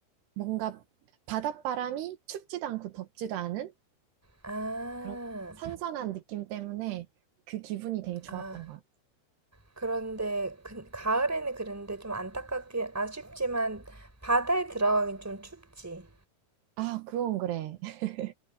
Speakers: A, on the right; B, in the centre.
A: 뭔가 바닷바람이 춥지도 않고 덥지도 않은
B: 아,
A: 그런 선선한 느낌 때문에 그 기분이 되게 좋았던
B: 아.
A: 거야.
B: 그런데 그, 가을에는 그런데 좀 안타깝긴 아쉽지만 바다에 들어가긴 좀 춥지.
A: 아, 그건 그래. <laughs>